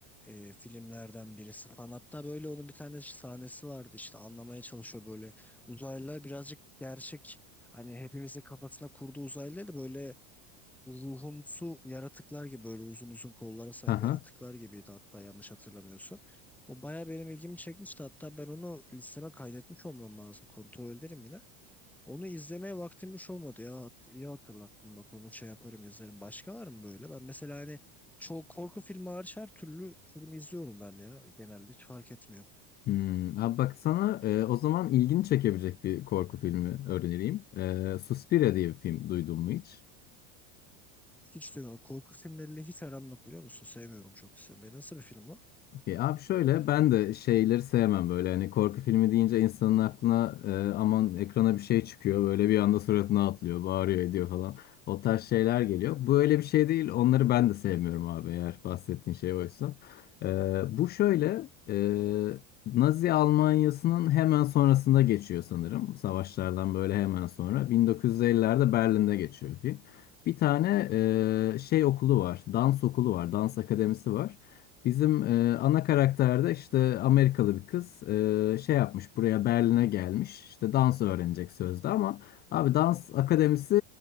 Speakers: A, in the centre; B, on the left.
A: e, filmlerden birisi falan. Hatta böyle onun bir tane sahnesi vardı işte anlamaya çalışıyor böyle. Uzaylılar birazcık gerçek hani hepimizin kafasına kurduğu uzaylılar da böyle Ruhumsu yaratıklar gibi böyle uzun uzun kollara sahip
B: Aha.
A: yaratıklar gibiydi hatta yanlış hatırlamıyorsam. O baya benim ilgimi çekmişti hatta ben onu listeme kaydetmiş olmam lazım kontrol ederim yine. Onu izlemeye vaktim hiç olmadı ya iyi hatırlattın bak onu şey yaparım izlerim. Başka var mı böyle? Ben mesela hani çok korku filmi hariç her türlü film izliyorum ben de ya genelde hiç fark etmiyor.
B: Hmm. Abi bak sana e, o zaman ilgini çekebilecek bir korku filmi önereyim. E, Suspiria diye bir film duydun mu hiç?
A: Hiç duymuyorum. Korku filmleriyle hiç aram yok biliyor musun? Sevmiyorum çok izlemeyi. Nasıl bir film o?
B: Okey. Abi şöyle ben de şeyleri sevmem böyle hani korku filmi deyince insanın aklına e, aman ekrana bir şey çıkıyor böyle bir anda suratına atlıyor bağırıyor ediyor falan o tarz şeyler geliyor. Bu öyle bir şey değil onları ben de sevmiyorum abi eğer bahsettiğin şey oysa. E, bu şöyle e, Nazi Almanya'sının hemen sonrasında geçiyor sanırım savaşlardan böyle hemen sonra 1950'lerde Berlin'de geçiyor film. Bir tane
A: Hı
B: e, şey okulu var dans okulu var dans akademisi var. Bizim e, ana karakterde işte Amerikalı bir kız e, şey yapmış buraya Berlin'e gelmiş işte dans öğrenecek sözde ama abi dans akademisi